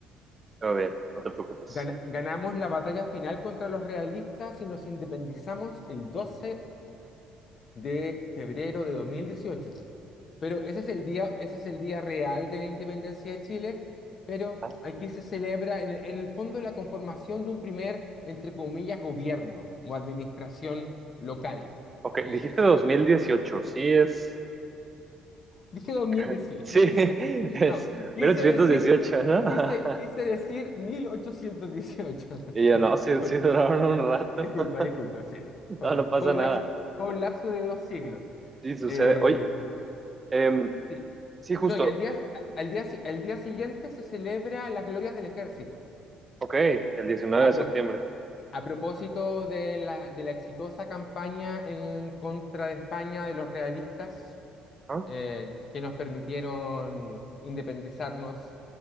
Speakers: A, on the right (about 20°); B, on the left (about 40°).
A: todo bien, no te preocupes.
B: Gana- ganamos la batalla final contra los realistas y nos independizamos el 12 de febrero de 2018. Pero ese es el día, ese es el día real de la independencia de Chile, pero
A: Ah,
B: aquí se celebra en, el en el fondo la conformación de un primer, entre comillas, gobierno o administración local.
A: ok,
B: Eh,
A: dijiste
B: eso-
A: 2018, sí es.
B: dije dos mil
A: <laughs>
B: dieciocho.
A: Sí,
B: <laughs>
A: es
B: no, quise
A: mil ochocientos
B: decir,
A: dieciocho, ¿no? <laughs>
B: quise, quise decir 1818. <laughs>
A: Y yo no, sí,
B: Disculpa,
A: sí duraron un rato.
B: disculpa,
A: <laughs>
B: disculpa, sí. Fue
A: No,
B: un,
A: no pasa
B: fue un
A: nada.
B: laps- fue un lapso de dos siglos.
A: Sí, sucede.
B: Eh,
A: Oye, em,
B: Sí.
A: sí, justo.
B: No, y al día, al día, si- al día siguiente se celebra las glorias del ejército.
A: Ok, el 19
B: A,
A: de
B: pro-
A: septiembre.
B: a propósito de la, de la exitosa campaña en contra de España de los realistas
A: ¿Ah?
B: eh, que nos permitieron independizarnos